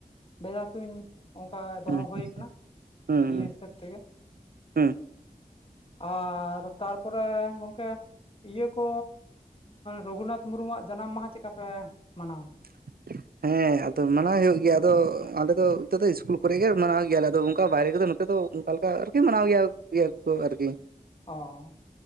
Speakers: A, on the left; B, on the right.
A: ᱵᱮᱡᱷᱟ ᱛᱩᱧ ᱚᱝᱠᱟ ᱫᱚᱦᱚ
B: ᱦᱩᱸ
A: ᱦᱳᱭ ᱠᱟᱱᱟ
B: ᱦᱩᱸ
A: ᱤᱭᱟᱹ ᱦᱤᱥᱟᱹᱵᱽ ᱛᱮᱜᱮ
B: ᱦᱩᱸ
A: ᱟᱨᱻ ᱛᱟᱨᱯᱚᱨᱮ ᱜᱚᱝᱠᱮ ᱤᱭᱟᱹ ᱠᱚ ᱨᱚᱜᱷᱩᱱᱟᱛᱷ ᱢᱩᱨᱢᱩᱣᱟᱜ ᱡᱟᱱᱟᱢ ᱢᱟᱦᱟ ᱪᱮᱜᱠᱟ ᱯᱮ ᱢᱟᱱᱟᱣᱟ
B: <inaudible> ᱦᱮᱸ ᱟᱫᱚ ᱢᱟᱱᱟᱣ ᱦᱳᱭᱳᱜ ᱜᱮᱭᱟ ᱟᱫᱚ ᱟᱞᱮ ᱫᱚ ᱱᱤᱛᱚᱜ ᱫᱚ ᱤᱥᱠᱩᱞ ᱠᱚᱨᱮ ᱜᱮ ᱢᱟᱱᱟᱣ ᱜᱮᱭᱟᱞᱮ ᱟᱫᱚ ᱚᱝᱠᱟ ᱵᱟᱭᱨᱮ ᱨᱮᱫᱚ ᱛᱮᱫᱚ ᱚᱝᱠᱟ ᱞᱮᱠᱟ ᱟᱨᱠᱤ ᱢᱟᱱᱟᱣ ᱜᱮᱭᱟ ᱜᱤᱭᱟ ᱠᱚ ᱟᱨᱠᱤ
A: <unintelligible>